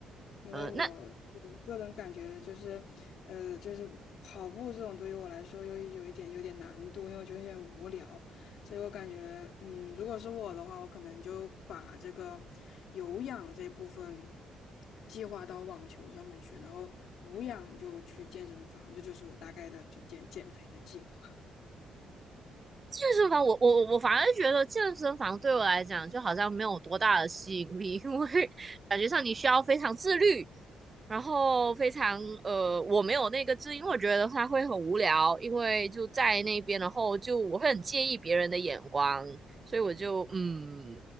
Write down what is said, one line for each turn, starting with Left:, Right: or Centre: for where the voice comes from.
Left: 因为我我个人感觉就是，
Right: 呃，那
Left: 呃，就是跑步这种对于我来说有有一点有点难度，因为我觉得有点无聊，所以我感觉，嗯，如果是我的话，我可能就把这个有氧这部分计划到网球上面去，然后无氧就去健身房，这就是我大概的就减减肥的计划。
Right: 健身房我，我我反而觉得健身房对我来讲就好像没有多大的吸引力，<laughs> 因为感觉上你需要非常自律，然后非常呃，我没有那个自律因为我觉得它会很无聊，因为就在那边，然后就我会很介意别人的眼光，所以我就嗯